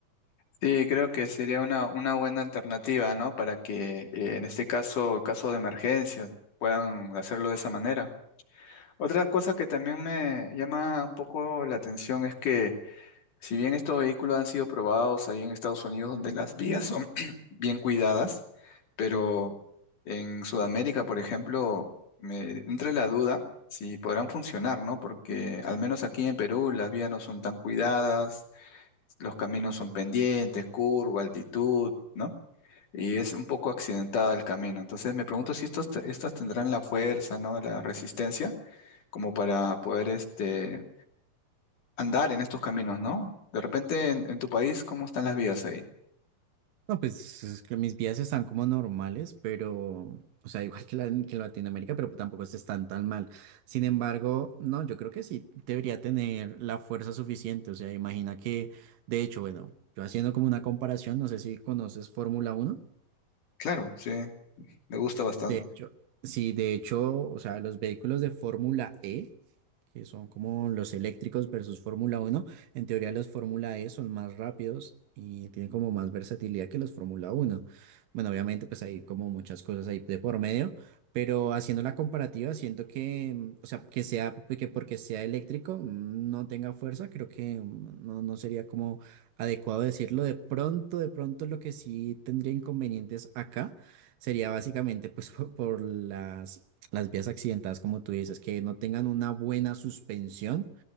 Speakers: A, on the left; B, on the right.
A: Sí, creo que sería una, una buena alternativa, ¿no? Para que eh, en este caso, caso de emergencia, puedan hacerlo de esa manera. Otra cosa que también me llama un poco la atención es que si bien estos vehículos han sido probados ahí en Estados Unidos, donde las vías son <clears throat> bien cuidadas, pero en Sudamérica, por ejemplo, me entra la duda si podrán funcionar, ¿no? Porque al menos aquí en Perú las vías no son tan cuidadas los caminos son pendientes, curva, altitud, ¿no? Y es un poco accidentada el camino. Entonces me pregunto si estos, te- estas tendrán la fuerza, ¿no? La resistencia como para poder este, andar en estos caminos, ¿no? De repente en, en tu país, ¿cómo están las vías ahí?
B: No, pues es que mis vidas están como normales, pero, o sea, igual que, la, que en Latinoamérica, pero tampoco están tan mal. Sin embargo, no, yo creo que sí debería tener la fuerza suficiente. O sea, imagina que, de hecho, bueno, yo haciendo como una comparación, no sé si conoces Fórmula Uno
A: Claro, sí, me gusta bastante.
B: De hecho, sí, de hecho, o sea, los vehículos de Fórmula E que son como los eléctricos versus Fórmula Uno. En teoría los Fórmula E son más rápidos y tienen como más versatilidad que los Fórmula Uno. Bueno, obviamente pues hay como muchas cosas ahí de por medio, pero haciendo la comparativa siento que, mm, o sea, que sea, que porque sea eléctrico mm, no tenga fuerza, creo que mm, no, no sería como adecuado decirlo. De pronto, de pronto lo que sí tendría inconvenientes acá. Sería básicamente pues <laughs> por por las las vías accidentadas, como tú dices, que no tengan una buena suspensión,